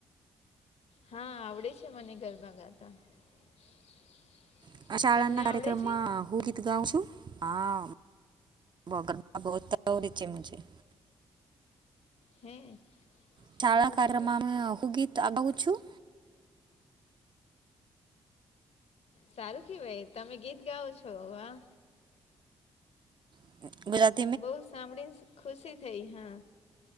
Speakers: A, on the left (about 65°); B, on the right (about 40°).
A: હા, આવડે છે મને ગરબા ગાતા. <inaudible>
B: <inaudible> ના
A: આવડે
B: કાર્યક્રમમાં
A: છે?
B: હું ગીત ગાઉ છું હા. <unintelligible>
A: હે.
B: <unintelligible>
A: સારું સારું
B: <inaudible> માં હુ ગીત ગાઉ છું.
A: સારું કેવાય તમે ગીત ગાવો છો વાહ.
B: <unintelligible>
A: બઉ સાંભળીન ખુશી થઈ હા.